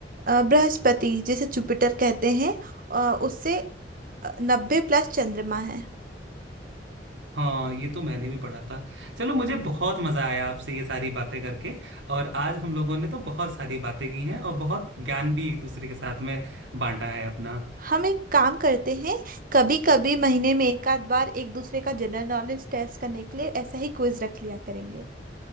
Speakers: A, on the right (about 50°); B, on the right (about 85°).
A: अ, बृहस्पति जिसे जुपिटर कहते हैं अ, उससे नब्बे प्लस चंद्रमा है
B: हाँ ये तो मैंने भी पढ़ा था चलो मुझे बहुत मजा आया आपसे ये सारी बातें करके और आज हम लोगों ने तो बहुत सारी बातें की हैं और बहुत ज्ञान भी एक दूसरे के साथ में बांटा है अपना
A: हम एक काम करते हैं कभी कभी महीने में एक आध बार एक दूसरे का जनरल नॉलेज टेस्ट करने के लिए ऐसा ही क्विज रख लिया करेंगे